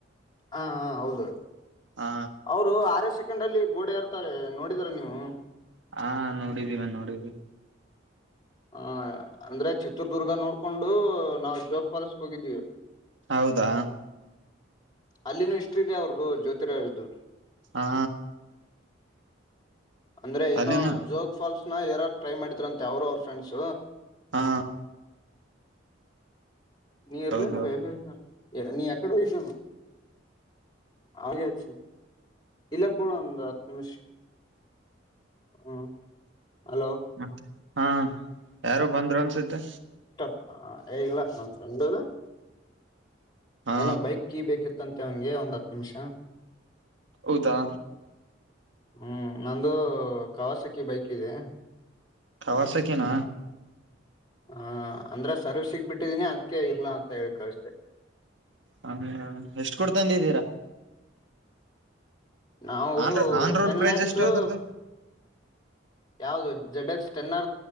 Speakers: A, on the left; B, on the right.
A: ಹಾ ಹ ಹೌದು
B: ಹಾ
A: ಅವರು ಆರೇ ಸೆಕೆಂಡ್ ಅಲ್ಲಿ ಗೋಡೆ ಇರ್ತಾರೆ ನೋಡಿದ್ರರಾ ನೀವು
B: ಹಾ ನೋಡಿದೀವಿ ನೋಡಿದ್ವಿ
A: ಹ ಅಂದ್ರೆ ಚಿತ್ರದುರ್ಗ ನೋಡ್ಕೊಂಡು ನಾವು ಜೋಗ್ ಫಾಲ್ಸ್ ಹೋಗಿದ್ದೀವಿ
B: ಹೌದಾ
A: ಅಲ್ಲಿನ ಹಿಸ್ಟ್ರಿ ಇದೆ ಅವ್ರದ್ದು ಜ್ಯೋತಿರಾಜ್ದು
B: ಹಾ
A: ಅಂದ್ರೆ ಏನೋ
B: ಅಲ್ಲಿನ
A: ಜೋಗ್ ಫಾಲ್ಸ್ನ ಏರೋಕೆ ಟ್ರೈ ಮಾಡಿದ್ರಂತೆ ಅವರು ಅವ್ರ ಫ್ರೆಂಡ್ಸ
B: ಹಾ
A: ನೀ ಇರ್ಲಿಲ್ಲ
B: ಹೌದು
A: ಎಲ್ಲ ನೀ ಯಾಕಡೆ ಹೋಗಿದೆ ಆಮೇಲೆ ಹಚ್ಚು ಇಲ್ಲೇ ಕುರು ಹತ್ತು ನಿಮಿಷ ಹ್ಮ್ ಹಲೋ
B: ಮತ್ತೆ ಹಾ ಯಾರು ಬಂದರು ಅನ್ನಿಸುತ್ತೆ
A: ಹ ಇಲ್ಲ ನಮ್ ಫ್ರೆಂಡ್
B: ಹಾ
A: ಏನೋ ಬೈಕ್ ಕೀ ಬೇಕಿತ್ತು ಹತ್ತಂತೆ ಅವನ್ಗೆ ಒಂದ್ ಹತ್ತು ನಿಮಿಷ
B: ಹೌದಾ
A: ಹ್ಮ್ ನಂದು ಕವಾಸಕಿ ಬೈಕ್ ಇದೆ
B: ತವರ್ಸಾಕಿನ
A: ಹ ಅಂದ್ರೆ ಸರ್ವಿಸಗೆ ಬಿಟ್ಟಿದೀನಿ ಅದಕ್ಕೆ ಇಲ್ಲ ಅಂತ ಹೇಳಿ ಕಳಿಸಿದೆ
B: ಹ ಎಷ್ಟ್ ಕೊಟ್ಟು ತಂದಿದೀರ
A: ನಾವು
B: on on road
A: ten
B: price
A: ಲ್ಯಾಕ್ಸು
B: ಎಷ್ಟು ಅದ್ರದ್ದು
A: ಯಾವ್ದ ಜೆಡಿಕ್ಸ್ ಟೆನ್ ಆ